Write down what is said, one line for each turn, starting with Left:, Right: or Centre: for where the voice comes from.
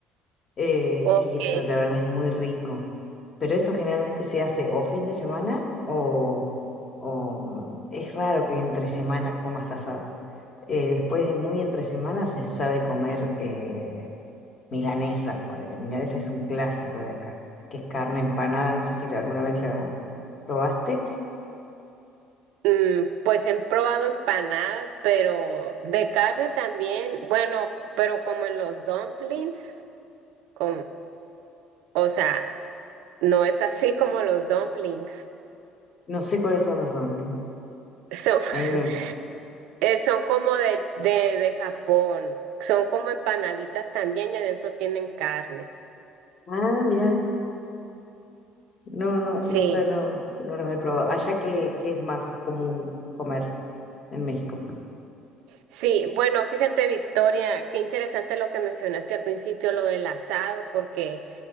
Left: eh,
Right: ok.
Left: y eso la verdad es muy rico. Pero eso generalmente se hace o fin de semana o, o, mm, es raro que entre semana comas asado. Eh, después de muy entre semana se sabe comer eh, milanesas, porque milanesa es un clásico de acá, que es carne empanada, no sé si alguna vez la probaste.
Right: Mm, pues he probado empanadas, pero de carne también, bueno, pero como en los dumplings, como, o sea. No es así como los dumplings.
Left: No sé cuáles son los dumplings.
Right: Son,
Left: Ahí me...
Right: <laughs> eh, son como de, de, de Japón. Son como empanaditas también y adentro tienen carne.
Left: Ah, mira, no, no, nunca
Right: Sí,
Left: no, no los he probado. Allá que, que es más común comer en México.
Right: sí. Bueno, fíjate, Victoria, qué interesante lo que mencionaste al principio, lo del asado, porque